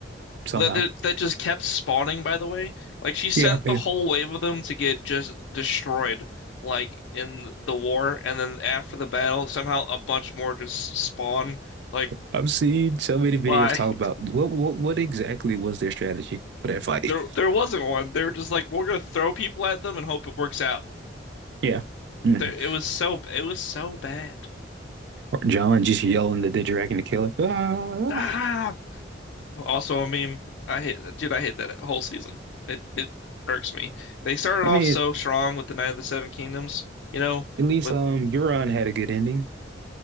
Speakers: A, on the right (about 60°); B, on the left (about 75°).
A: somehow.
B: that that- just kept spawning, by the way. Like she sent
A: Yeah,
B: the
A: man.
B: whole wave of them to get just destroyed, like in the war, and then after the battle, somehow a bunch more just spawn. Like
A: I've seen so many videos
B: why?
A: talk
B: <laughs>
A: about what what what exactly was their strategy for that fight.
B: There there
A: <laughs>
B: wasn't one. They were just like, we're gonna throw people at them and hope it works out.
A: Yeah. Mhm.
B: it was so it was so bad.
A: Or John just yelling the Didgeridoo the killer. Ah!
B: Ah. Well, Also, I mean, I hate, dude, I hate that whole season. It it irks me. They started
A: <laughs> I mean,
B: off so strong with the Night of the Seven Kingdoms, you know,
A: at least
B: with
A: um Euron had a good ending,